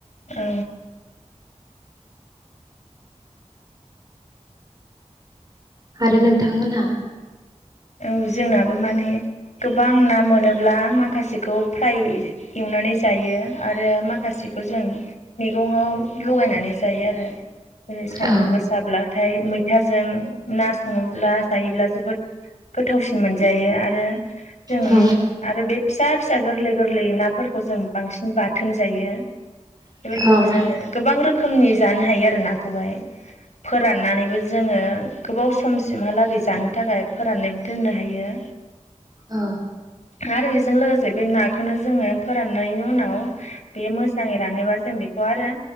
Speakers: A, on the left; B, on the right.
A: औ
B: आरो नोंथांमोना
A: औ जोंनाबो माने गोबां ना मोनोब्ला माखासेखौ फ्राय एवनानै जायो आरो माखासेखौ जों मैग'ङाव लगायनानै जायो आरो ओरै सान्दुं
B: औ
A: गोसाब्ला थाय मैथाजों ना सङोब्ला जायोब्ला जो गोथावसिन मोनजायो आरो जों
B: औ
A: आरो बे फिसा फिसा गोरलै गोरलै नाफोरखौ जों बांसिन बाथोन जायो। बेबायदिनो
B: औ
A: जोङो गोबां रोखोमनि जानो हायो आरो नाखौहाय फोराननानैबो जोङो गोबाव समसिमहालागै जानो थाखाय फोराननायबो दोननो हायो
B: औ
A: आरो बेजों लोगोसे बे नाखौनो जोङो फोराननायनि उनाव बे मोजाङै रानोबा जों बेखौ आरो